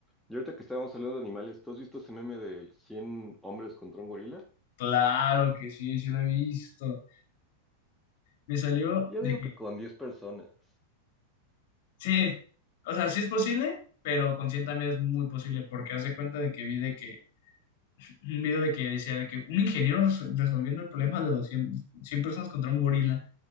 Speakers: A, in the centre; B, on the left.
A: Y ahorita que estábamos hablando de animales, ¿tú has visto ese meme de 100 hombres contra un gorila?
B: Claro que sí, sí lo he visto. Me salió
A: Ya
B: de
A: digo
B: que,
A: que con 10 personas.
B: sí, o sea, sí es posible, pero con 100 también es muy posible, porque haz de cuenta de que vi de que, un video de que decía de que un ingeniero res- resolviendo el problema de los 100, 100 personas contra un gorila,